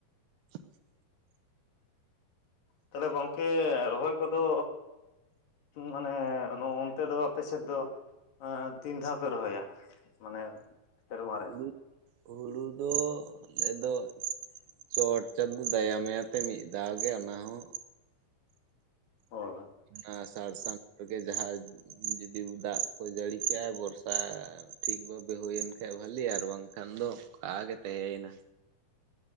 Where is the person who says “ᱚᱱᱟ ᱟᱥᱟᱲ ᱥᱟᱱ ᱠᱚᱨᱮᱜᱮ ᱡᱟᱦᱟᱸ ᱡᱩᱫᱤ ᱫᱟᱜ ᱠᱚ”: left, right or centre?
Right